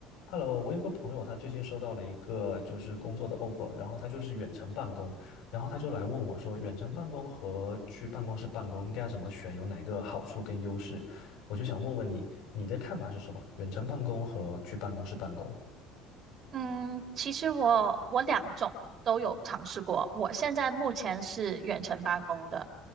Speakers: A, on the left; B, on the right.
A: Hello，我有个朋友，他最近收到了一个就是工作的 offer，然后他就是远程办公，然后他就来问我说，远程办公和去办公室办公应该怎么选，有哪个好处跟优势？我就想问问你，你的看法是什么？远程办公和去办公室办公？
B: 嗯，其实我我两种都有尝试过。我现在目前是远程办公的，